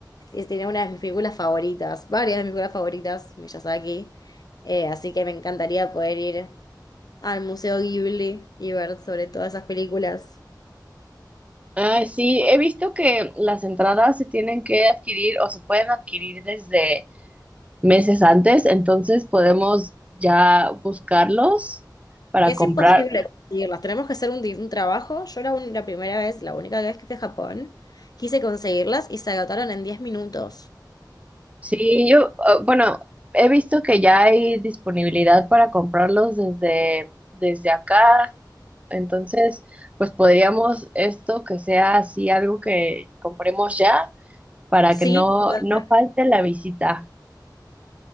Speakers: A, on the left; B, on the right.
A: es- tiene una de mis películas favoritas, varias de mis películas favoritas, Miyazaki. Eh, así que me encantaría poder ir al Museo Ghibli y ver sobre todas esas películas.
B: Ah, sí, he visto que las entradas se tienen que adquirir o se pueden adquirir desde meses antes, entonces podemos ya buscarlos para
A: Es
B: comprar.
A: imposible conseguirlas. Tenemos que hacer un, di- un trabajo. Yo la, un- la primera vez, la única vez que fui a Japón, quise conseguirlas y se agotaron en diez minutos.
B: Sí, yo, ah, bueno, he visto que ya hay disponibilidad para comprarlos desde, desde acá, entonces, pues podríamos esto que sea así algo que compremos ya para
A: Sí,
B: que no,
A: totalmente.
B: no falte la visita.